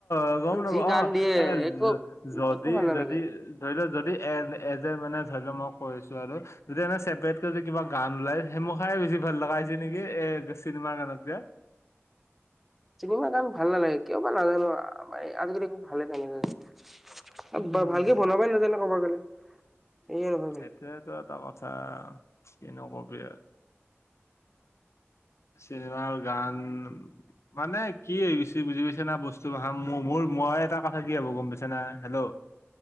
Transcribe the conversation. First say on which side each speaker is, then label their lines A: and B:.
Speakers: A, on the left; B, in the centre.
A: অ গম নাপওঁ
B: যি গান
A: অ
B: দিয়ে
A: এ
B: একো
A: যদি
B: একো ভাল নালাগে।
A: যদি ধৰি লও যদি এ এজ এ মানে ধৰি লও মই কয় আছোঁ আৰু যেতিয়া এনে চেপাৰেটকৈ যদি কিবা গান ওলাই সেইমখাই বেছি ভাল লগা হৈছে নেকি এ চিনেমাৰ গানতকে।
B: চিনেমা গান ভাল নালাগে কিয় বা নাজানো আৰু মানে আজিকালি ভালে নালগে। <unintelligible>
A: উম
B: ভালকে বনাব‌ই নাজানে কব গ'লে। <unintelligible>
A: সেইটোয়েতো এটা কথা কিনো কবি আৰু চিনেমাৰ গান মানে কি গৈছে বুজি পাইছে না বস্তুবাষা মোৰ মোৰ মই এটা কথা কি হ'ব গম পাইছে না হেল্ল'